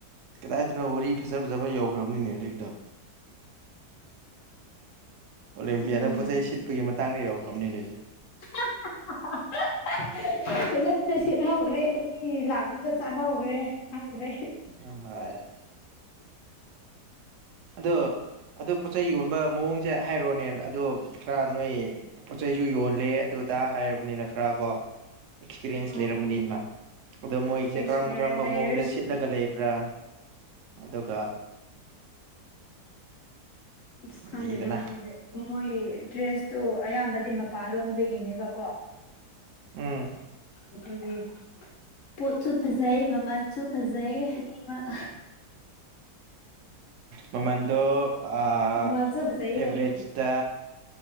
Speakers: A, on the right; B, on the left.
A: ꯀꯗꯥꯏꯗꯅꯣ ꯋꯥꯔꯤ ꯐꯖ ꯐꯖꯕ ꯌꯧꯈ꯭ꯔꯕꯅꯤꯅꯦ ꯍꯧꯖꯤꯛꯀꯤꯗꯣ
B: <inaudible>
A: ꯑꯣꯂꯦꯝꯄꯤꯌꯥꯗ
B: ꯎꯝ
A: ꯄꯣꯠ ꯆꯩꯩ ꯁꯤꯠꯄꯒꯤ ꯃꯇꯥꯡꯗ ꯌꯧꯈ꯭ꯔꯝꯅꯤꯅꯦ
B: <inaudible> ꯐꯖꯅ ꯁꯤꯠꯍꯧꯍꯦ ꯃꯤ ꯂꯥꯛꯄꯗ ꯆꯠꯍꯧꯒ꯭ꯔꯦ ꯈꯪꯗ꯭ꯔꯦ
A: ꯍꯣꯏ ꯑꯗꯣ ꯑꯗꯨ ꯄꯣꯠꯆꯩ ꯌꯣꯟꯕ ꯃꯑꯣꯡꯁꯦ ꯍꯥꯏꯔꯣꯅꯦ ꯑꯗꯣ ꯈꯔ ꯅꯣꯏ ꯄꯣꯠ ꯆꯩꯁꯨ ꯌꯣꯜꯂꯦ ꯑꯗꯨꯗ ꯍꯥꯏꯔꯕꯅꯤꯅ ꯈꯔ ꯀꯣ ꯑꯦꯛꯁꯄꯤꯔꯤꯌꯦꯟꯁ
B: ꯑꯣ
A: ꯂꯩꯔꯝꯒꯅꯤꯗꯅ ꯑꯗ ꯃꯣꯏꯁꯦ
B: ꯑꯦꯛꯁꯄꯔꯦꯟ
A: ꯀꯔꯝ ꯀꯔꯝꯕ
B: ꯂꯩꯔꯁꯨ
A: ꯃꯑꯣꯡꯗ ꯁꯤꯠꯂꯒ ꯂꯩꯕ꯭ꯔꯥ ꯑꯗꯨꯒ
B: ꯑꯁ ꯈꯪꯗꯦꯗ
A: ꯂꯩꯗꯅ
B: ꯃꯣꯏꯁꯦ ꯃꯣꯏ ꯗ꯭ꯔꯦꯁꯇꯣ ꯑꯌꯥꯝꯕꯗꯤ ꯃꯄꯥꯟ ꯂꯣꯝꯗꯒꯤꯅꯦꯕꯀꯣ
A: ꯎꯝ
B: ꯑꯗꯨꯒꯤ ꯄꯣꯠꯁꯨ ꯐꯖꯩ ꯃꯃꯟꯁꯨ ꯐꯖꯩ ꯑꯅꯤꯃꯛ
A: ꯃꯃꯟꯗꯣ ꯑꯥ
B: ꯃꯃꯜꯁꯨ ꯐꯖꯩꯌꯦ
A: ꯑꯦꯚꯔꯦꯖ
B: ꯑꯗꯨꯝ
A: ꯗ